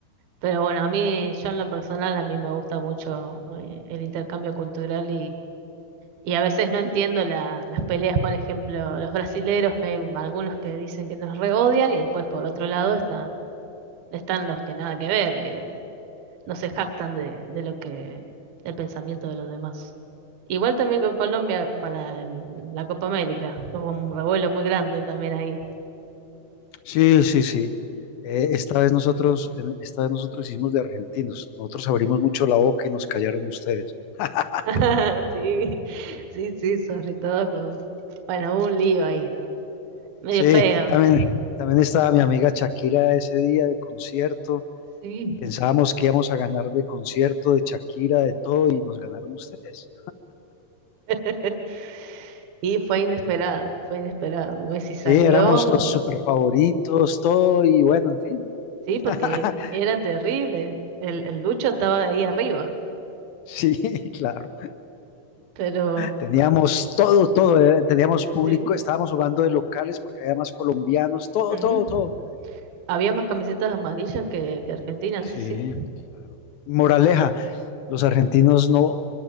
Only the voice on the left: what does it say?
Sí, sí, sí. Eh, esta vez nosotros, en- esta vez nosotros hicimos de argentinos. Nosotros abrimos mucho la boca y nos callaron ustedes. <laughs>
Sí,
también, también estaba mi amiga Shakira ese día de concierto.
y pensábamos que íbamos a ganar de concierto, de Shakira, de todo, y nos ganaron ustedes.
Sí, éramos los super favoritos, todo, y bueno, en fin.
<laughs>
Sí, claro.
Teníamos todo, todo, eh, teníamos público,
estábamos jugando de locales porque había más colombianos, todo,
todo, todo.
Sí,
claro. Moraleja, los argentinos no,